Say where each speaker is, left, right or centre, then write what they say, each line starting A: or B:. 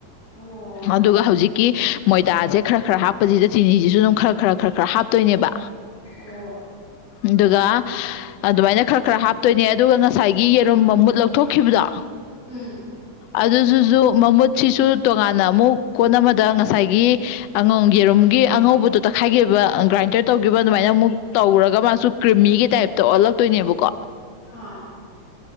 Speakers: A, on the left; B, on the left.
A: ꯑꯣ
B: ꯑꯗꯨꯒ ꯍꯧꯖꯤꯛ ꯒꯤ ꯃꯣꯏꯗꯥꯖꯦ ꯈꯔ ꯈꯔ ꯍꯥꯞꯄꯖꯥꯗ ꯆꯤꯅꯤꯖꯤꯁꯨ ꯑꯗꯨꯝ ꯈꯔ ꯈꯔ ꯈꯔ ꯈꯔ ꯍꯥꯞꯇꯣꯏꯅꯦꯕ
A: ꯑꯣ
B: ꯑꯗꯨꯒ ꯑꯗꯨꯃꯥꯏꯅ ꯈꯔ ꯈꯔ ꯍꯥꯞꯇꯣꯏꯅꯦ ꯑꯗꯨꯒ ꯉꯁꯥꯏꯒꯤ ꯌꯦꯔꯨꯝ ꯃꯃꯨꯠ ꯂꯧꯊꯣꯛꯈꯤꯕꯗꯣ
A: ꯎꯝ
B: ꯑꯗꯨꯗꯨꯁꯨ ꯃꯃꯨꯠꯁꯤꯁꯨ ꯇꯣꯉꯥꯟ ꯅ ꯑꯃꯨꯛ ꯀꯣꯟ ꯑꯃꯗ ꯉꯁꯥꯏꯒꯤ ꯑꯉꯧ ꯌꯦꯔꯨꯝꯒꯤ ꯑꯉꯧꯕꯗꯨ ꯇꯛꯈꯥꯏꯒꯤꯕ ꯑꯥ ꯒ꯭ꯔꯥꯏꯟꯗ꯭ꯔ ꯇꯧꯈꯤꯕ ꯑꯗꯨꯃꯥꯏꯅ ꯑꯃꯨꯛ ꯇꯧꯔꯒ ꯃꯥꯁꯨ ꯀ꯭ꯔꯤꯃꯤꯒꯤ ꯇꯥꯏꯞꯇ ꯑꯣꯜꯂꯛꯇꯣꯏꯅꯦꯕꯀꯣ
A: ꯑꯥ